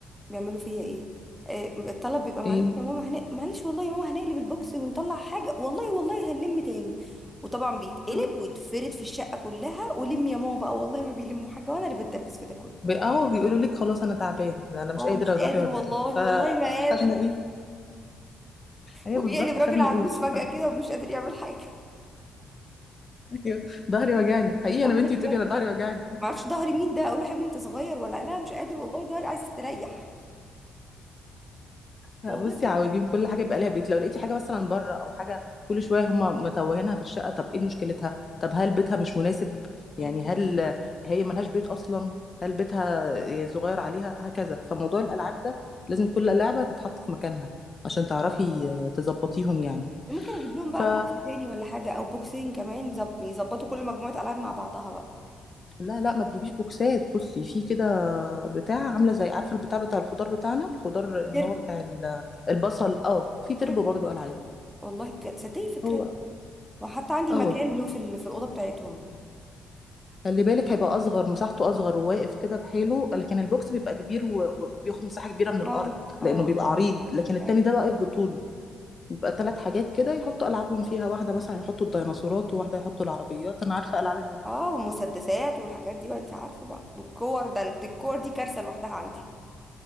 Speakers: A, in the centre; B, on the left.
A: بيعملوا فيا ايه آه، الطلب بيبقى معلش
B: ايه
A: يا ماما هن... معلش والله يا ماما هنقلب البوكس ونطلع حاجة والله والله هنلم تاني وطبعا بيتقلب
B: اه
A: ويتفرد في الشقة كلها ولم يا ماما بقى والله ما بيلموا حاجة وانا اللي بتدبس في ده كله
B: بي- اه بيقولوا لك خلاص انا تعبان ده انا مش
A: اه
B: قادر
A: مش
B: أنا
A: قادر
B: ظهري وجعني
A: والله
B: فخدنا
A: والله ما قادر
B: ايه ايوه
A: وبيقلب
B: بالظبط
A: راجل
B: خدنا
A: عجوز
B: ايه
A: فجأة كده ومش
B: <laughs>
A: قادر يعمل حاجة
B: أيوة، ظهري وجعني
A: <laughs>
B: حقيقي
A: والله
B: انا بنتي
A: بجد
B: بتقولي انا ظهري وجعني
A: ما اعرفش ظهري مين ده اقول له حبيبي انت صغير ولا لا مش قادر والله ظهري عايز استريح
B: لا
A: والله
B: بصي
A: بجد
B: عاوزين كل حاجه يبقى ليها بيت لو لقيتي حاجه مثلا بره او حاجه كل شويه هما متوهينها في الشقه طب ايه مشكلتها طب هل بيتها مش مناسب
A: مم.
B: يعني هل هي ملهاش بيت اصلا هل بيتها صغير عليها هكذا فموضوع الالعاب ده لازم كل لعبه تتحط في مكانها عشان تعرفي آه، تظبطيهم يعني
A: ممكن اجيب لهم
B: ف
A: بقى بوكس تاني ولا حاجة او بوكسين كمان يظب- يظبطوا كل مجموعة العاب مع بعضها بقى
B: لا لا ما تجيبيش بوكسات بصي في كده بتاع عامله زي عارفه البتاع بتاع الخضار بتاعنا الخضار اللي
A: تربو
B: هو بتاع ال- البصل اه في
A: التربو
B: تربو برضو العاب
A: والله بجد صدقي فكرة
B: هو
A: وحتى عندي
B: اه
A: مكان له في ال- في الأوضة بتاعتهم
B: خلي بالك هيبقى اصغر مساحته اصغر وواقف كده بحاله لكن البوكس بيبقى كبير و... و- وبياخد مساحه كبيره من الارض
A: اه اه
B: لانه بيبقى عريض لكن التاني
A: ايوه
B: ده واقف بطوله بيبقى ثلاث حاجات كده يحطوا العابهم فيها واحده مثلا يحطوا الديناصورات وواحده يحطوا العربيات انا عارفه العاب الولاد
A: اه والمسدسات والحاجات دي بقى انت عارفة بقى والكور ده انت الكور دي كارثة لوحدها عندي